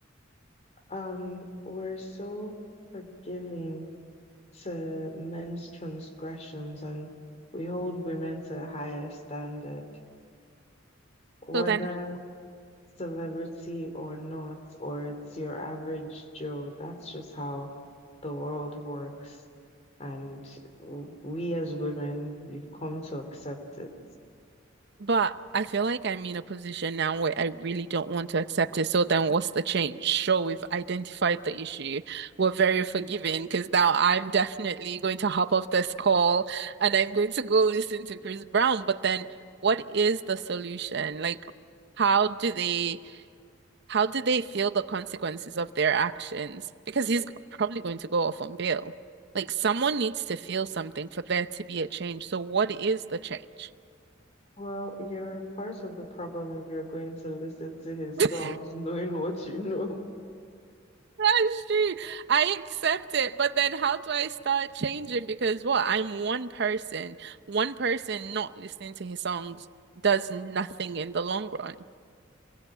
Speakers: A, on the left; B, on the right.
A: um, we're so forgiving to men's transgressions and we hold women to a higher standard, whether
B: So then,
A: celebrity or not, or it's your average Joe. That's just how the world works. And w- we as women, we've come to accept it.
B: but I feel like I'm in a position now where I really don't want to accept it. So then what's the change? Sure, we've identified the issue. We're very forgiving because now I'm definitely going to hop off this call and I'm going to go listen to Chris Brown. But then what is the solution? Like, how do they How do they feel the consequences of their actions? Because he's probably going to go off on bail. Like someone needs to feel something for there to be a change. So what is the change?
A: Well, you're part of the problem if you're going to listen to his
B: <laughs>
A: songs <laughs> knowing what you know.
B: That's true. I accept it, but then how do I start changing? Because what? I'm one person. One person not listening to his songs does nothing in the long run.